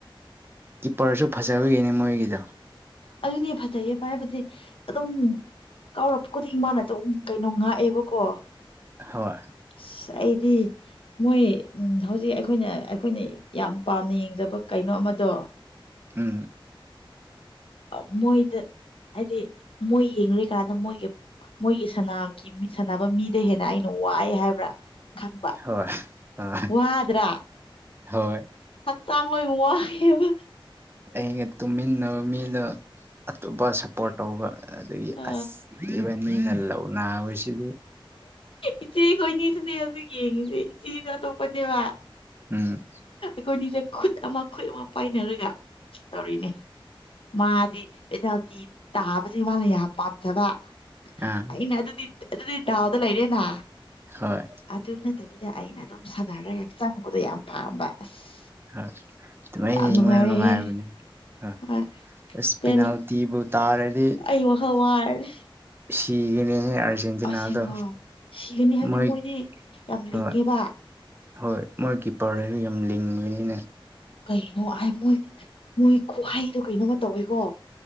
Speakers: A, on the right (about 25°); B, on the left (about 75°).
A: ꯀꯤꯞꯄꯔꯁꯨ ꯐꯖꯕꯒꯤꯅꯦ ꯃꯣꯏꯒꯤꯗ
B: ꯑꯗꯨꯅꯦ ꯐꯖꯩꯌꯦꯕ ꯍꯥꯏꯕꯗꯤ ꯑꯗꯨꯝ ꯀꯥꯎꯔꯛꯄ ꯈꯨꯗꯤꯡ ꯃꯥꯅꯗ ꯀꯩꯅꯣ ꯉꯥꯛꯑꯦꯕꯀꯣ
A: ꯍꯣꯏꯋꯥ
B: ꯑꯁ ꯑꯩꯗꯤ ꯃꯣꯏ ꯎ ꯍꯧꯖꯤꯛ ꯑꯩꯈꯣꯏꯅ ꯑꯩꯈꯣꯏꯅ ꯌꯥꯝ ꯄꯥꯝꯅ ꯌꯦꯡꯖꯕ ꯀꯩꯅꯣ ꯑꯃꯗꯣ
A: ꯎꯝ
B: ꯑ ꯃꯣꯏꯣꯏꯗ ꯍꯥꯏꯗꯤ ꯃꯣꯏ ꯌꯦꯡꯂꯡꯔꯤꯀꯥꯟꯗ ꯃꯣꯏꯒꯤ ꯃꯣꯏꯒꯤꯒꯤ ꯁꯥꯟꯅꯕ ꯃꯤꯗ ꯍꯦꯟꯅ ꯑꯩꯅ ꯋꯥꯏ ꯍꯥꯏꯕ꯭ꯔꯥ ꯈꯪꯕ
A: ꯍꯣꯏ ꯍꯣꯏ
B: ꯋꯥꯗ꯭ꯔꯥ
A: ꯍꯣꯏ
B: ꯆꯥꯡꯉꯣꯏ ꯎꯋꯥꯕ
A: ꯑꯩꯒ ꯇꯨꯝꯃꯤꯟꯅꯕ ꯃꯤꯗ ꯑꯇꯣꯞꯄ ꯁꯞꯄꯣꯔꯠ ꯇꯧꯕ ꯑꯗꯒꯤ
B: ꯑ
A: ꯑꯕꯅꯤꯅ ꯂꯧ ꯅꯥꯕꯁꯤꯗꯤ
B: ꯏꯆꯦ ꯈꯣꯏꯅꯤꯁꯨꯅꯦ ꯍꯧꯖꯤꯛ ꯌꯦꯡꯉꯁꯤꯦ ꯏꯆꯦꯁꯨ ꯑꯇꯣꯞꯄꯅꯦꯕ
A: ꯎꯝ
B: ꯑꯩꯈꯣꯏꯅꯤꯗ ꯈꯨꯠ ꯑꯃ ꯈꯨꯠ ꯑꯃ ꯄꯥꯏꯅꯔꯒ ꯇꯧꯔꯤꯅꯦ ꯃꯥꯗꯤ ꯑꯦꯗꯥꯜꯇꯤ ꯇꯥꯕꯁꯦ ꯃꯥꯅ ꯌꯥꯝ ꯄꯥꯝꯖꯕ
A: ꯑꯥ
B: ꯑꯩꯅ ꯑꯗꯨꯗꯤ ꯑꯗꯨꯗꯤ ꯗꯥꯎꯗ ꯂꯩꯔꯦꯅ
A: ꯍꯣꯏ
B: ꯑꯗꯨ ꯅꯠꯇ ꯕꯤꯗ ꯑꯩꯅ ꯑꯗꯨꯝ ꯁꯥꯅꯔꯒ ꯆꯪꯕꯗꯣ ꯌꯥꯝ ꯄꯥꯝꯕ ꯑꯁ
A: ꯍꯣꯏ ꯑꯗꯨꯃꯥꯏ
B: ꯌꯥꯝ
A: ꯌꯦꯡꯕꯅ
B: ꯅꯨꯡꯉꯥꯏꯔꯦꯍꯦ
A: ꯅꯨꯡꯉꯥꯏꯕꯅꯦ <unintelligible>
B: ꯍꯣꯏ
A: ꯄꯅꯥꯜꯇꯤꯕꯨ
B: ꯄꯦꯜꯂꯦ
A: ꯇꯥꯔꯗꯤ
B: ꯑꯩ ꯋꯥꯈꯜ ꯋꯥꯔꯅꯤ
A: ꯁꯤꯒꯤꯅꯦꯍꯦ ꯑꯥꯔꯖꯦꯟꯇꯤꯅꯥꯗꯣ
B: ꯑꯁꯦꯡꯕ ꯁꯤꯒꯅꯤ ꯍꯥꯏꯕꯗꯤ
A: ꯃꯣꯏ
B: ꯃꯣꯏꯗꯤ ꯌꯥꯝ ꯂꯤꯡꯉꯦꯕ
A: ꯍꯣꯏ ꯍꯣꯏ ꯃꯣꯏꯒꯤ ꯄꯔꯗꯔꯗꯨ ꯌꯥꯝ ꯂꯤꯡꯕꯅꯤꯅ
B: ꯀꯩꯅꯣ ꯍꯥꯏ ꯃꯣꯏ ꯃꯣꯏ ꯈꯨꯍꯩꯗꯣ ꯀꯩꯅꯣꯃ ꯇꯧꯋꯤꯀꯣ